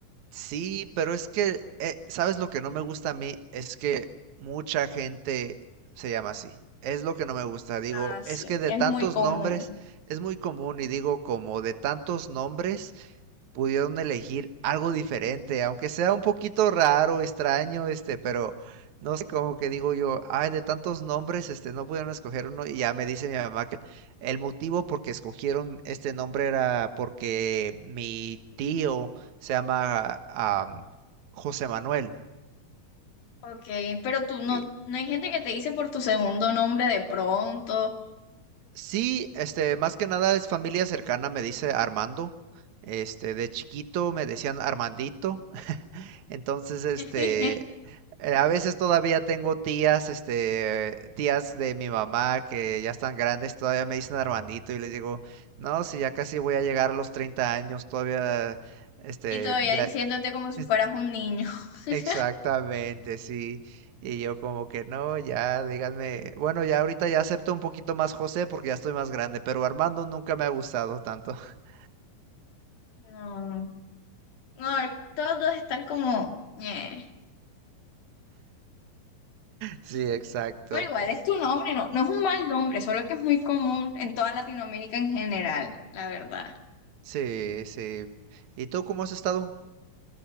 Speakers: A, on the right; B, on the left.
A: Sí, pero es que, eh, ¿sabes lo que no me gusta a mí? Es que mucha gente se llama así. Es lo que no me gusta. Digo,
B: Ah, sí,
A: es que de
B: es
A: tantos
B: muy común.
A: nombres es muy común y digo, como de tantos nombres pudieron elegir algo diferente, aunque sea un poquito raro, extraño, este, pero no sé, como que digo yo, ay, de tantos nombres, este, no pudieron escoger uno, y ya me dice mi mamá que el motivo por que escogieron este nombre era porque mi tío se llama, am, José Manuel.
B: Ok, pero tú no,
A: Y
B: no hay gente que te dice por tu segundo nombre de pronto
A: sí, este, más que nada es familia cercana, me dice Armando. Este, de chiquito me decían Armandito. Entonces, este,
B: <laughs>
A: eh, a veces todavía tengo tías, este, tías de mi mamá que ya están grandes, todavía me dicen Armandito y les digo, no, si ya casi voy a llegar a los 30 años, todavía, este,
B: Y todavía
A: ya,
B: diciéndote como si
A: este,
B: fueras un niño. <laughs>
A: exactamente, sí. Y yo como que no, ya, díganme, bueno, ya ahorita ya acepto un poquito más José porque ya estoy más grande, pero Armando nunca me ha gustado tanto. <laughs>
B: No, no, todos están como... "Ñe".
A: Sí, exacto.
B: Pero igual es tu nombre, no, no es un mal nombre, solo que es muy común en toda Latinoamérica en general, la verdad.
A: Sí, sí. ¿Y tú cómo has estado?